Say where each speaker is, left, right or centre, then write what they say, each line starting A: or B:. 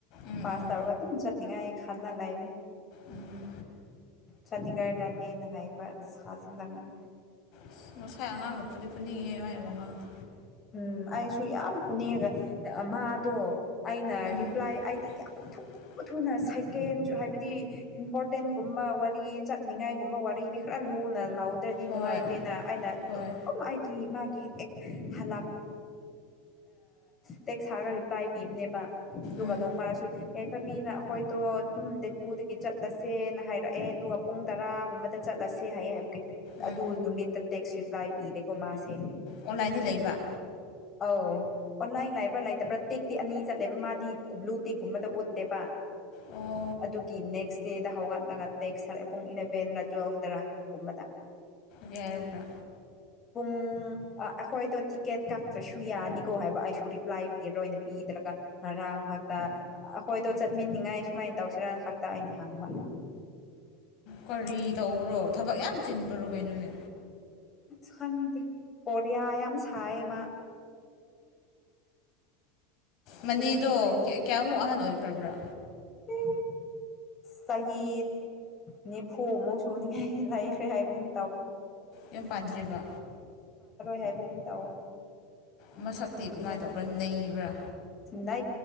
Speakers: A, on the left; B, on the left.
A: ꯎꯝ
B: ꯄꯥꯁ
A: ꯎꯝ
B: ꯇꯧꯔꯒ ꯑꯗꯨꯝ ꯆꯠꯅꯤꯡꯉꯥꯏ ꯈꯜꯂꯅ ꯂꯑꯕ
A: ꯎꯝ
B: ꯆꯥꯟꯗꯤꯒꯔꯗꯅꯦꯅ ꯍꯥꯏꯕ ꯁꯥꯖꯤꯟꯂꯉꯒ
A: ꯑꯁ ꯉꯁꯥꯏ ꯑꯉꯥꯡꯗ ꯐꯗꯤ ꯐꯨꯟꯅꯤꯡꯉꯦ ꯃꯥ ꯍꯥꯏꯕ ꯑꯉꯥꯡꯗꯣ
B: ꯎꯝ ꯑꯩꯁꯨ ꯌꯥꯝ ꯐꯨꯅꯤꯡꯉꯒ ꯃꯥꯗꯣ ꯑꯩꯅ
A: ꯎꯝ
B: ꯔꯤꯄ꯭ꯂꯥꯏ ꯑꯩꯗꯤ ꯌꯥꯝ
A: <inaudible>
B: ꯊꯨ ꯊꯨꯅ ꯁꯥꯏꯀꯦꯟ ꯍꯥꯏꯕꯗꯤ ꯏꯝꯄꯣꯔꯇꯦꯟꯒꯨꯝꯕ ꯋꯥꯔꯤ ꯆꯠꯅꯤꯡꯉꯥꯏꯒꯨꯝꯕ ꯋꯥꯔꯤꯗꯤ ꯈꯔ ꯂꯨ ꯂꯨꯅ ꯂꯥꯎꯗ꯭ꯔꯗꯤ
A: ꯍꯣꯏ
B: ꯅꯨꯡꯉꯥꯏꯇꯦꯅ ꯑꯩꯅ ꯑꯗꯨꯝ
A: ꯍꯣꯏ
B: ꯑꯩꯗꯤ ꯃꯥꯒꯤ ꯍꯂ ꯇꯦꯛꯁ ꯁꯥꯔꯒ ꯔꯤꯄ꯭ꯂꯥꯏ ꯄꯤꯕꯅꯦꯕ ꯑꯗꯨꯒ
A: ꯎꯝ
B: ꯅꯣꯡꯃꯁꯨ ꯌꯥꯏꯐꯕꯤꯅ ꯑꯩꯈꯣꯏꯗꯣ ꯑꯗꯨꯝ ꯗꯦ ꯇꯨꯗꯒꯤ ꯆꯠꯂꯁꯦꯅ ꯍꯥꯏꯔꯛꯑꯦ ꯑꯗꯨꯒ ꯄꯨꯡ ꯇꯔꯥꯒꯨꯝꯕꯗ ꯆꯠꯂ ꯆꯠꯂꯁꯦ ꯍꯥꯏꯌꯦ ꯍꯥꯏꯕꯦ
A: ꯎꯝ
B: ꯑꯗꯨ ꯅꯨꯃꯤꯠꯇ ꯇꯦꯛꯁ ꯔꯤꯄ꯭ꯂꯥꯏ ꯄꯤꯗꯦꯀꯣ ꯃꯥꯁꯦ
A: ꯑꯣꯟꯂꯥꯏꯟꯗꯤ ꯂꯩꯕ
B: ꯑꯧ ꯑꯣꯟꯂꯥꯏꯟ ꯂꯕ꯭ꯔꯥ ꯂꯩꯇꯕ꯭ꯔꯥ ꯇꯦꯛꯇꯤ ꯑꯅꯤ ꯆꯠꯂꯦꯕ ꯃꯥꯗꯤ ꯕ꯭ꯂꯨ ꯇꯦꯛꯀꯨꯝꯕꯗ ꯎꯠꯇꯦꯕ
A: ꯑꯣ
B: ꯑꯗꯨꯒꯤ ꯅꯦꯛꯁ ꯗꯦꯗ ꯍꯧꯒꯠꯂꯒ ꯇꯦꯛꯁꯥ ꯄꯨꯡ ꯏꯂꯚꯦꯟꯗ ꯇꯨꯋꯦꯜꯐꯇꯔꯒꯨꯝꯕꯗ
A: ꯀꯦꯔꯄ꯭ꯔꯥ
B: ꯄꯨꯡ ꯑꯩꯈꯣꯏꯗ ꯇꯤꯀꯦꯠ ꯀꯛꯇ꯭ꯔꯁꯨ ꯌꯥꯅꯤꯀꯣ ꯍꯥꯏꯕ ꯑꯩꯁꯨ ꯔꯤꯄ꯭ꯂꯥꯏ ꯄꯤꯔ ꯂꯣꯏꯅ ꯄꯤꯗ꯭ꯔꯒ ꯉꯔꯥꯡ ꯍꯥꯛꯇ ꯑꯩꯈꯣꯏꯗꯣ ꯆꯠꯃꯤꯅꯤꯉꯥꯏ ꯁꯨꯃꯥꯏꯅ ꯇꯧꯁꯤꯔꯅ ꯈꯛꯇ ꯑꯩꯅ ꯍꯪꯕ
A: ꯀꯔꯤ ꯇ꯭ꯔꯣ ꯊꯕꯛ ꯌꯥꯝ ꯆꯤꯟꯕ꯭ꯔꯣ ꯀꯩꯅꯣꯅꯦ
B: ꯈꯪꯗꯦ ꯄꯔꯤꯌꯥ ꯌꯥꯝ ꯁꯥꯏꯌꯦꯃ
A: ꯃꯅꯦꯗꯣ
B: ꯐꯨꯅꯤꯡꯕ
A: ꯀꯌꯥꯃꯨꯛ ꯑꯍꯟ ꯑꯣꯏꯈ꯭ꯔꯕ꯭ꯔꯥ
B: ꯎ ꯁꯍꯤꯗ ꯅꯤꯐꯨ ꯑꯃꯨꯛ ꯁꯨꯅꯤꯡꯉꯥꯏ ꯂꯩꯈ꯭ꯔꯦ ꯍꯥꯏꯕ ꯇ
A: ꯌꯨꯝ ꯄꯥꯟꯗ꯭ꯔꯤꯕ
B: ꯍꯥꯏ ꯨꯨꯝ ꯇꯑꯣ
A: ꯃꯁꯛꯇꯤ ꯀꯃꯥꯏꯅ
B: ꯅ
A: ꯇꯧꯕ꯭ꯔꯥ ꯅꯩꯕ꯭ꯔꯥ
B: ꯅ